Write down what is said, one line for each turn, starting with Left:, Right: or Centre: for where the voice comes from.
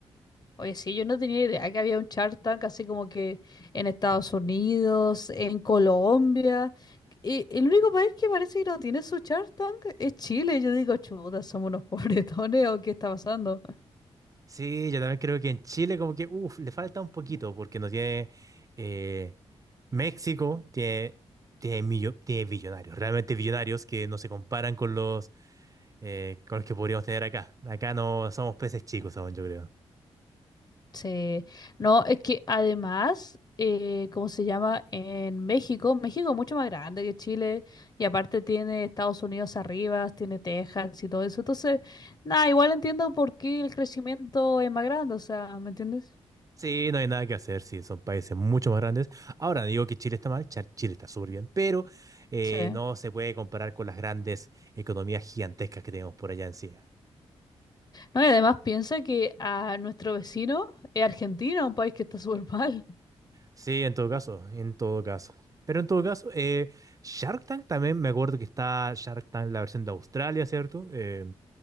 Left: Oye, sí, yo no tenía idea que había un Shark Tank así como que en Estados Unidos, en Colombia. Y el único país que parece que no tiene su Shark Tank es Chile. Yo digo, chuta, somos unos <laughs> pobretones o qué está pasando.
Right: Sí, yo también creo que en Chile como que, uff, le falta un poquito porque no tiene... eh, México tiene, tiene, millo- tiene billonarios, realmente billonarios que no se comparan con los, eh, con los que podríamos tener acá. Acá no somos peces chicos aún, yo creo.
Left: Sí. No, es que además, eh, ¿cómo se llama? En México, México es mucho más grande que Chile y aparte tiene Estados Unidos arriba, tiene Texas y todo eso. Entonces, nada, igual entiendo por qué el crecimiento es más grande, o sea, ¿me entiendes?
Right: Sí, no hay nada que hacer, sí, son países mucho más grandes. Ahora, no digo que Chile está mal, Cha- Chile está súper bien, pero eh,
Left: Sí.
Right: no se puede comparar con las grandes economías gigantescas que tenemos por allá encima.
Left: No, y además piensa que a nuestro vecino es Argentina, un país que está <laughs> súper mal.
Right: Sí, en todo caso, en todo caso. Pero en todo caso, eh, Shark Tank también, me acuerdo que está Shark Tank, la versión de Australia, ¿cierto? Eh,